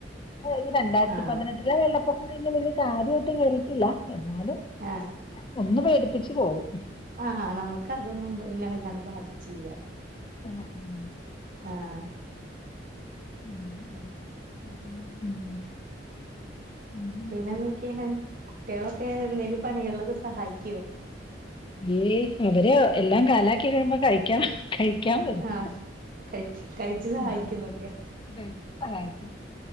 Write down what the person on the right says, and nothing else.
ആഹ്
ആഹ്
ആഹ നമുക്ക് അതൊന്നും പിന്നെ വല്ലാണ്ട് ബാധിച്ചില്ല.
ആഹ്
പിന്നെ എന്തൊക്കെയാണ് കുട്ടികളൊക്കെ എന്തേലും പണികളിലൊക്കെ സഹായിക്കുവോ.
ആഹ് കഴിക്കും കഴിച്ചു സഹായിക്കുന്നൊക്കെ